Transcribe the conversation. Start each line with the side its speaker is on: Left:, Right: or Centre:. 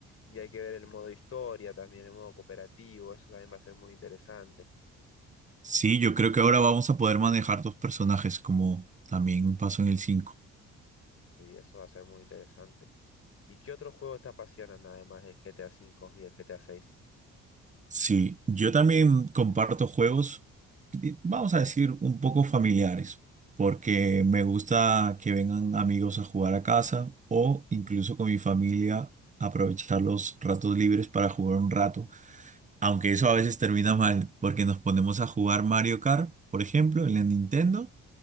Left: Y hay que ver el modo historia también, el modo cooperativo, eso también va a ser muy interesante.
Right: Sí, yo creo que ahora vamos a poder manejar dos personajes, como también pasó en el cinco.
Left: Sí, eso va a ser muy interesante. ¿Y qué otros juegos te apasionan además del GTA cinco y el GTA seis
Right: Sí, yo también comparto juegos, di- vamos a decir, un poco familiares, porque me gusta que vengan amigos a jugar a casa o incluso con mi familia aprovechar los ratos libres para jugar un rato, aunque eso a veces termina mal, porque nos ponemos a jugar Mario Kart, por ejemplo, en la Nintendo.